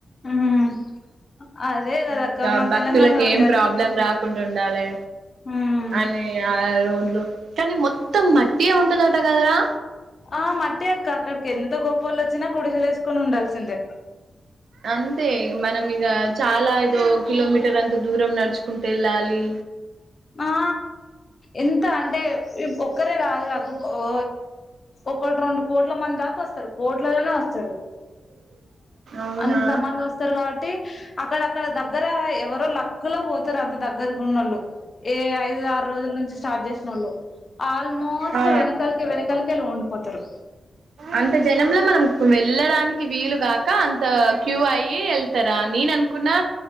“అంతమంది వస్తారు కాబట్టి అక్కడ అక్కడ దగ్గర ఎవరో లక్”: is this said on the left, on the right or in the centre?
Left